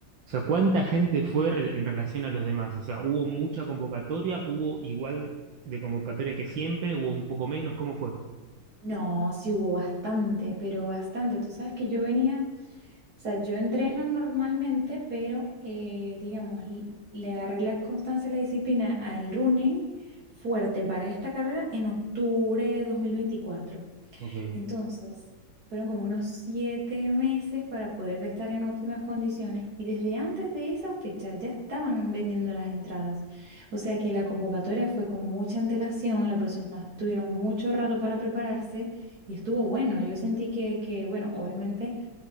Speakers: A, on the right (about 75°); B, on the right (about 50°).
A: sea, ¿cuánta gente fue re- en relación a los demás? O sea, ¿hubo mucha convocatoria? ¿Hubo igual de convocatoria que siempre? ¿Hubo un poco menos? ¿Cómo fue?
B: No, sí hubo bastante, pero bastante. Tú sabes que yo venía, o sea, yo entreno normalmente, pero eh, digamos, l- le agarré la constancia, la disciplina al running fuerte para esta carrera en octubre de dos mil veinticuatro
A: Ok.
B: Entonces, fueron como unos siete meses para poder estar en óptimas condiciones y desde antes de esa fecha ya estaban vendiendo las entradas. O sea que la convocatoria fue con mucha antelación, las personas tuvieron mucho rato para prepararse y estuvo bueno. Yo sentí que, que bueno, obviamente